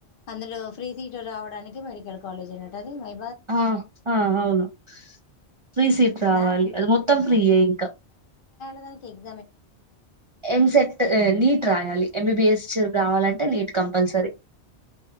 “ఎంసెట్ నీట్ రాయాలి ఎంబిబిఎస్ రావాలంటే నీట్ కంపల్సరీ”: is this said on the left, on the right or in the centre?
Right